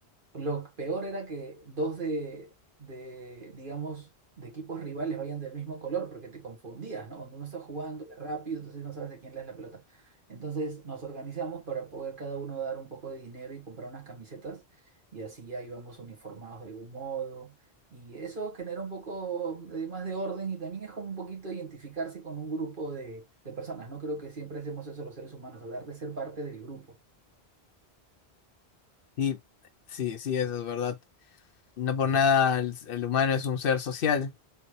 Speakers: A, on the right; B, on the left.
A: lo peor era que dos de, de, digamos, de equipos rivales vayan del mismo color, porque te confundías, ¿no? Cuando uno está jugando es rápido, entonces no sabes a quién le das la pelota. Entonces nos organizamos para poder cada uno dar un poco de dinero y comprar unas camisetas, y así ya íbamos uniformados de algún modo. Y eso genera un poco de más de orden y también es como un poquito identificarse con un grupo de, de personas, ¿no? Creo que siempre hacemos eso los seres humanos, hablar de ser parte del grupo.
B: sí, sí, sí, eso es verdad. No por nada el, el humano es un ser social